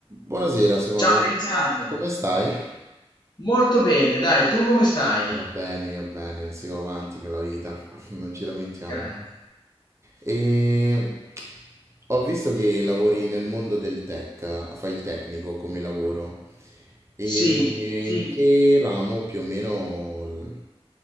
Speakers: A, on the right (about 25°); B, on the left (about 45°).
A: Buonasera Simone,
B: Ciao Richard,
A: come stai?
B: molto bene, dai, tu come stai?
A: Io bene, io bene, si va avanti con la vita, <laughs> non ci lamentiamo.
B: Grande.
A: E ho visto che lavori nel mondo del tech, fai il tecnico come lavoro. E
B: Sì, sì,
A: in che ramo più o meno? l-